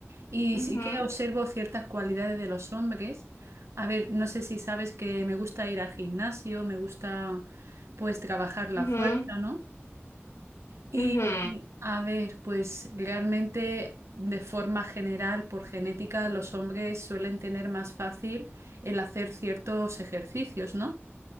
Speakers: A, on the right (about 80°); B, on the left (about 85°).
A: y
B: Ujú,
A: sí que observo ciertas cualidades de los hombres. A ver, no sé si sabes que me gusta ir al gimnasio, me gusta pues trabajar la
B: ujú,
A: fuerza, ¿no? Y
B: ujú,
A: a ver, pues realmente de forma general, por genética, los hombres suelen tener más fácil el hacer ciertos ejercicios, ¿no?